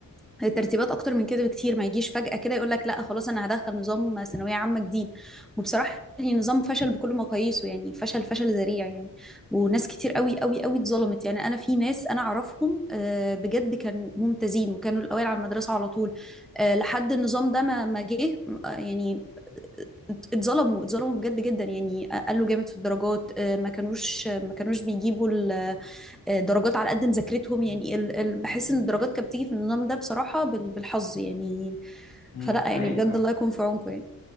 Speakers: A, in the centre; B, on the left (about 85°).
A: ترتيبات اكتر من كده بكتير ما يجيش فجأة كده يقول لك لا خلاص انا هدخل نظام ثانوية عامة جديد وبصراحة يعني نظام فشل بكل مقاييسه يعني فشل فشل ذريع يعني وناس كتير قوي قوي قوي اتظلمت يعني انا في ناس انا اعرفهم آه، بجد كانوا ممتازين وكانوا الاوائل على المدرسة على طول آه، لحد النظام ده ما ما جه آه، يعني ات- اتظلموا اتظلموا بجد جدا يعني قالوا جامد في الدرجات آه، ما كانوش ما كانوش بيجيبوا آه، درجات على قد مذاكرتهم يعني ال... ال... بحس ان الدرجات كانت بتيجي في النظام ده بصراحة بال... بالحظ يعني
B: مم،
A: فلا يعني
B: حقيقي
A: بجد
B: فعلا
A: الله يكون في عونكم يعني